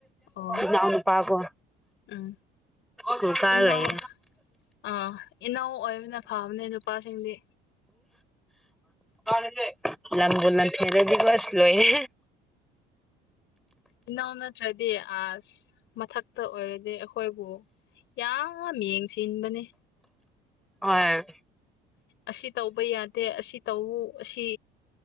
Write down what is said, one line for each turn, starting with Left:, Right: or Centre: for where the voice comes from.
Left: ꯑꯣ
Centre: ꯏꯅꯥꯎꯅꯨꯄꯥꯒꯨꯝ
Left: ꯎꯝ
Centre: ꯁꯨ ꯀꯥꯔ
Left: ꯏꯅꯥꯎ
Centre: ꯂꯩꯦ
Left: ꯑꯥ ꯏꯅꯥꯎ ꯑꯣꯏꯕꯅ ꯐꯕꯅꯦ ꯅꯨꯄꯥꯁꯤꯡꯗꯤ
Centre: ꯀꯅꯁꯦ ꯂꯕꯨ ꯂꯥꯟ ꯊꯦꯔꯗꯤ ꯀ꯭ꯂꯥꯁ ꯂꯣꯏꯦ
Left: ꯏꯅꯥꯎ ꯅꯠꯇ꯭ꯔꯗꯤ ꯑꯁ ꯃꯊꯛꯇ ꯑꯣꯏꯔꯗꯤ ꯑꯩꯈꯣꯏꯕꯨ ꯌꯥꯝ ꯑ ꯌꯦꯡꯁꯤ ꯏꯟꯕꯅꯦ
Centre: ꯍ
Left: ꯑꯁꯤ ꯇꯧꯕ ꯌꯥꯗꯦ ꯑꯁꯤ ꯇꯧꯎ ꯑꯁꯤ